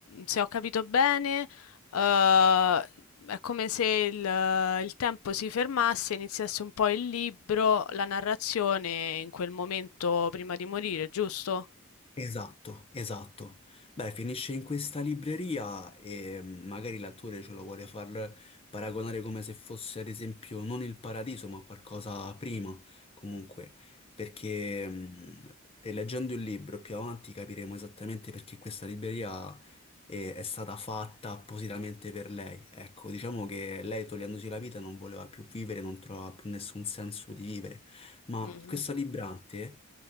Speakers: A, on the left (about 80°); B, on the left (about 25°).
A: se ho capito bene, eh, è come se il, il tempo si fermasse, iniziasse un po' il libro, la narrazione in quel momento prima di morire, giusto?
B: Esatto, esatto. Beh, finisce in questa libreria e mm, magari l'attore ce lo vuole far paragonare come se fosse, ad esempio, non il paradiso, ma qualcosa prima, comunque, perché mm, e leggendo il libro più avanti capiremo esattamente perché questa libreria è, è stata fatta appositamente per lei. Ecco, diciamo che lei togliendosi la vita non voleva più vivere, non trovava più nessun senso di vivere. Ma
A: Mhm,
B: questa librante